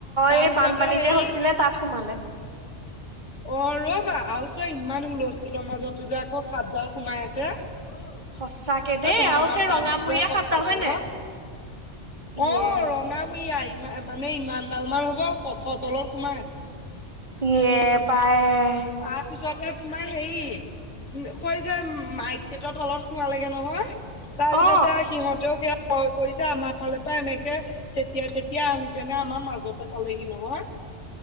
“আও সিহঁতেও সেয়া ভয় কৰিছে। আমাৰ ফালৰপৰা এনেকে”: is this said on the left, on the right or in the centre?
Left